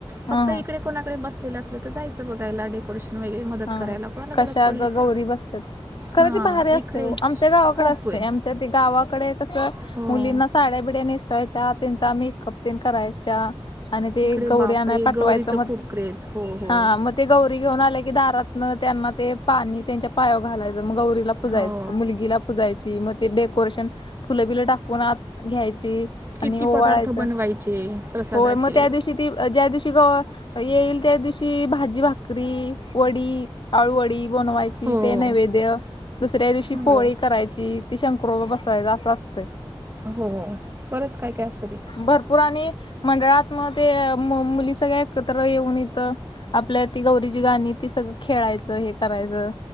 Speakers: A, on the left; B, on the right.
A: हा
B: फक्त इकडे
A: हा
B: कोणाकडे बसलेलं असलं तर, जायचं बघायला डे डेकोरेशन वगैरे मदत
A: हा
B: करायला, कोणाला
A: कशा
B: गरज पडली
A: ग गौरी
B: तर
A: बसतात. खरं
B: हां
A: तर भारी असतय
B: इकडे
A: वो आमच्या गावाकडे
B: खूप
A: असतयं,
B: आहे
A: आमच्या ते गावाकडे कस
B: हो
A: मुलींना साड्या बिड्या नेसावायच्या त्यांचा मेकअप तेन करायच्या. आणि ते
B: इकडे
A: गौरी
B: बापरे
A: आणायला पाठवायचं
B: गौरीचं
A: मग
B: खूप क्रेज हो हो
A: हा म ते गौरी घेऊन आले की, दारातन त्यांना ते पाणी त्यांच्या पायाव घालायचं मग गौरी ला पुजायचं
B: हो
A: मुलगीला पुजायची मग, ते डेकोरेशन फुलं बिलं टाकून आत घ्यायची.
B: किती
A: आणि ओवाळायचं
B: पदार्थ बनवायचे? प्रसादाचे
A: होय, मग त्या दिवशी ती ज्या दिवशी गवर येईल, त्या दिवशी भाजी, भाकरी, वडी आळूवडी बनवायची.
B: हो
A: ते नैवेद्य. दुसऱ्या दिवशी
B: सगळं
A: पोळी करायची, ती शंकरोबा बसवायच असं असतंय.
B: हो बरंच काय काय असतं ते
A: भरपूर आणि मंडळात मग ते मुली सगळ्या एकत्र येऊन इथं आपल्या ती गौरीची गाणी, ती सगळं खेळायचं हे करायचं.